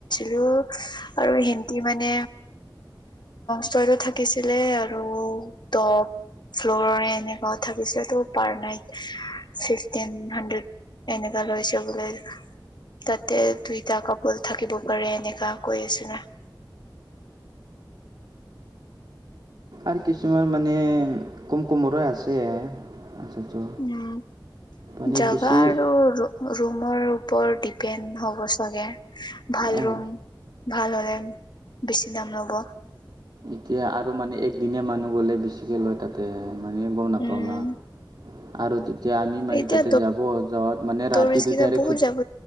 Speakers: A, on the left (about 65°); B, on the right (about 60°).
A: লো আৰু হেন্তি মানে তলত থাকিছিলে আৰু দপ ফ্ল'ৰ এনেককাও থাকিছিল তো পাৰ নাইট ফিফটিন হাণ্ড্ৰেড এনেকা লৈছো বোলে তাতে দুইটা কাপল থাকিব পাৰে এনেকা কৈ আছনে? অ'
B: আৰু কিছুমান মানে কুম কুমৰ আছে পইচাটো
A: উম
B: মানে
A: জাগা
B: বেছি
A: আৰু ৰুমৰ ওপৰত দি পেন হ'ব চাগে ভাল
B: অঁ
A: ৰুম ভাল হ'লে বেছি দাম ল'ব
B: এতিয়া আৰু মানে একদিনীয়া মানুহ গ'লে বেছিকৈ লয় তাতে মানে গম নাপাওঁ
A: উম
B: ন আৰু তেতিয়া আমি মানে
A: এতিয়া
B: তাতে যাব যাত মানে
A: টুৰিষ্ট
B: ৰাতিতে
A: কেইটা
B: ডাইৰেক্
A: বহুত যাব